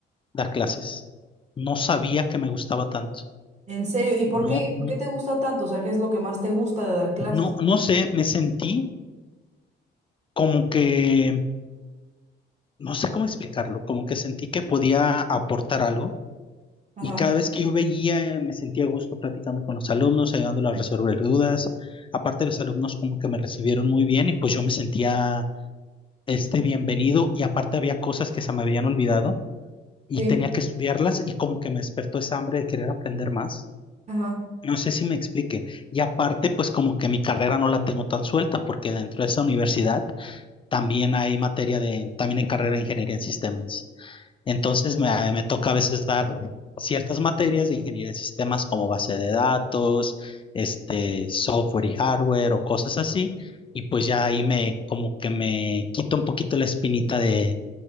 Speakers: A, on the left (about 25°); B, on the right (about 35°).
A: dar clases. No sabía que me gustaba tanto.
B: ¿En serio? ¿Y por
A: No,
B: qué, por qué te gusta tanto? O sea, ¿qué es lo que más te gusta de dar clases?
A: no, no sé, me sentí como que no sé cómo explicarlo, como que sentí que podía aportar algo
B: Ajá,
A: y cada vez que yo veía eh, me sentía a gusto platicando con los alumnos, ayudándolos a resolver dudas. Aparte los alumnos como que me recibieron muy bien y pues yo me sentía este bienvenido y aparte había cosas que se me habían olvidado y
B: sí,
A: tenía que estudiarlas y como que me despertó esa hambre de querer aprender más.
B: ajá.
A: No sé si me explique. Y aparte, pues como que mi carrera no la tengo tan suelta porque dentro de esa universidad también hay materia de, también hay carrera de ingeniería en sistemas. Entonces me, me toca a veces dar ciertas materias de ingeniería en sistemas como base de datos, este, software y hardware o cosas así. Y pues ya ahí me como que me quito un poquito la espinita de,